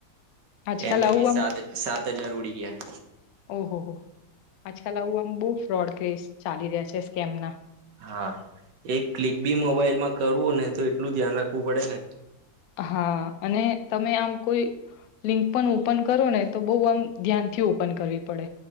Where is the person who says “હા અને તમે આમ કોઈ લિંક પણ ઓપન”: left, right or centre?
Left